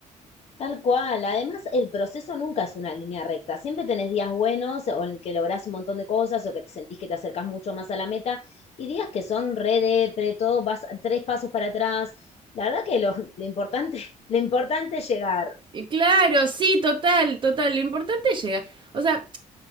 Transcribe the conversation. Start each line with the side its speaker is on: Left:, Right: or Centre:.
Left: Tal cual. Además, el proceso nunca es una línea recta. Siempre tenés días buenos o en que lográs un montón de cosas o que te sentís que te acercás mucho más a la meta y días que son re depre, todo vas tres pasos para atrás. La verdad que lo, lo importante, <laughs> lo importante es llegar.
Right: Y claro, sí, total, total. Lo importante es llegar. O sea,